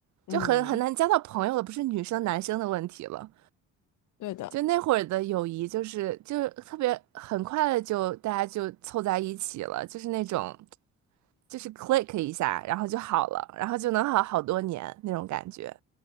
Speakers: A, on the left; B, on the right.
A: 嗯，
B: 就很很难交到朋友了，不是女生男生的问题了。
A: 对的。
B: 就那会儿的友谊，就是就是特别很快的就大家就凑在一起了，就是那种就是 click 一下，然后就好了，然后就能好好多年那种感觉。